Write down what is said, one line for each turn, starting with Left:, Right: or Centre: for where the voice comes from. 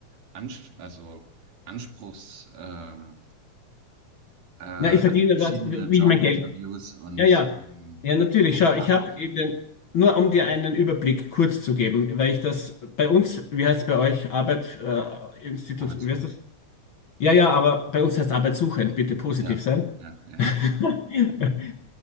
Right: Ans also Anspruchs, ähm, äh, also
Left: Na, ich verdiene
Right: verschiedene
Left: gerade,
Right: Jobinterviews
Left: wie ich mein Geld.
Right: und
Left: Ja, ja.
Right: ähm,
Left: Ja, natürlich.
Right: so
Left: Schau,
Right: gemacht?
Left: ich habe in den, nur um dir einen Überblick kurz zu geben, weil ich das bei uns, wie heißt es bei euch, Arbeit, äh, Institut,
Right: Arbeitslos.
Left: wie heißt das? Ja, ja, aber bei uns heißt arbeitssuchend, bitte positiv
Right: Ja,
Left: sein.
Right: ja, ja.
Left: <laughs>